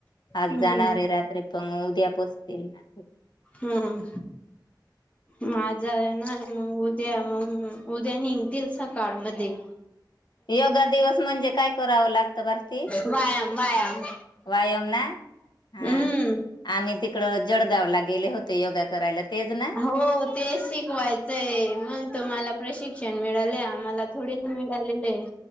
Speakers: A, on the left; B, on the left.
A: आज
B: हम्म
A: जाणारे रात्री पण उद्या पोचतील ना
B: हं म आज जाणार मग उद्या मग उद्या निघतील सकाळ मधे
A: योगा दिवस म्हणजे काय करावं लागत भारती
B: व्यायाम व्यायाम
A: वायाम ना हा
B: हम्म.
A: आम्ही तिकड जडगावं ला गेले होते योगा करायला. तेच ना
B: हो तेच शिकवायचंय म्हण तो मला प्रशिक्ष क्षण मिळाले आम्हाला थोडी ना मिळाले नई